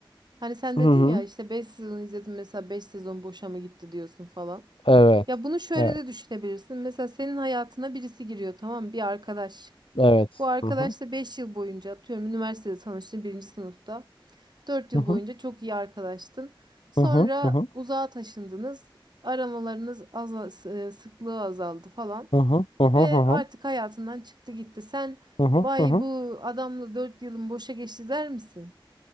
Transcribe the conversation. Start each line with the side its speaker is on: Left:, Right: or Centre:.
Right: Hani sen
Left: Hı
Right: dedin
Left: hı.
Right: ya işte 5 sezon izledim mesela 5 sezon boşa mı gitti diyorsun falan.
Left: Evet.
Right: Ya bunu şöyle
Left: Evet.
Right: de düşünebilirsin. Mesela senin hayatına birisi giriyor tamam mı? Bir arkadaş.
Left: Evet.
Right: Bu arkadaşla
Left: Hı hı.
Right: 5 yıl boyunca atıyorum üniversitede tanıştın birinci sınıfta. Dört yıl
Left: Hı hı.
Right: boyunca çok iyi arkadaştın. Sonra
Left: Hı hı. Hı hı.
Right: uzağa taşındınız. Aramalarınız azal, s- e, sıklığı azaldı falan.
Left: Hı hı. Hı
Right: Ve
Left: hı. Hı
Right: artık
Left: hı.
Right: hayatından çıktı gitti. Sen
Left: Hı hı.
Right: vay
Left: Hı hı.
Right: bu adamla 4 yılım boşa geçti der misin?